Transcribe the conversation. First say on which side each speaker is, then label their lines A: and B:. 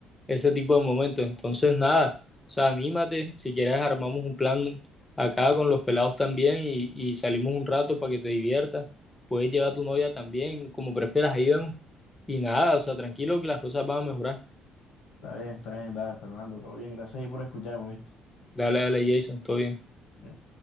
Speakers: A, on the left; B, on the left.
A: ese tipo de momentos. Entonces, nada, o sea, anímate, si quieres armamos un plan acá con los pelados también y, y salimos un rato para que te diviertas. Puedes llevar a tu novia también, como prefieras, ahí vemos. Y nada, o sea, tranquilo que las cosas van a mejorar.
B: Está bien, está bien, dale, Fernando, todo bien, gracias ahí por escucharme, ¿viste?
A: Dale, dale, Jason, todo bien.
B: bien